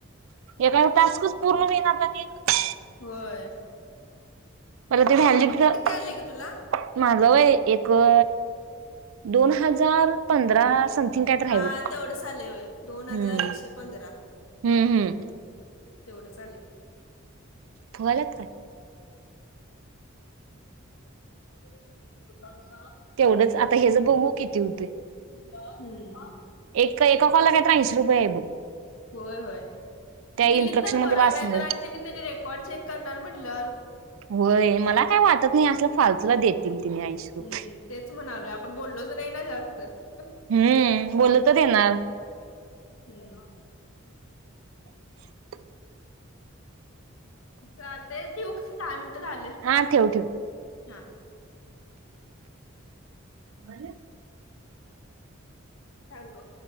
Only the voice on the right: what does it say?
एका टास्कच पूर्ण मिळणार. म <unintelligible>
मला ते व्हलिडच
माझ व्हय एक अ दोन हजार पंधरा समथिंग काय तर
हाय बघ हम्म
हम्म हम्
फुगायल्यात काय?
तेवढंच आता हेच बघू किती होतय?
एक एका कॉलला काय तर ऐशी रुपये हायत बघ
त्या
इनट्रक्शन
मंधे
वाचल
होय मला काय वाटत नाही असल फालत तुला देतील तिने ऐंशी रुपये
हम्म बोल तर येणार
<inaudible>
हा ठेव ठेव
मर <unintelligible>